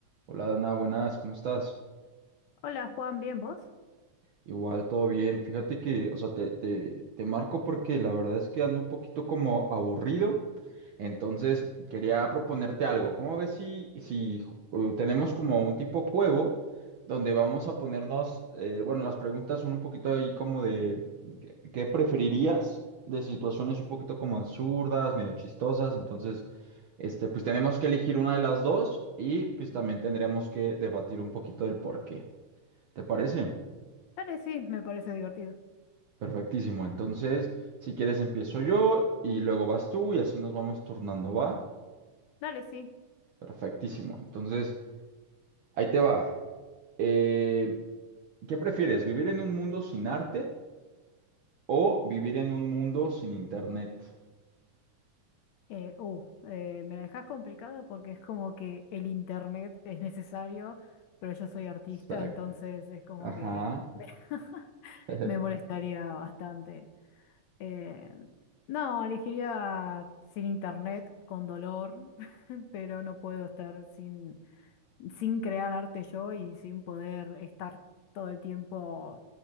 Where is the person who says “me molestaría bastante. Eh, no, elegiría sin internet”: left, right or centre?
Left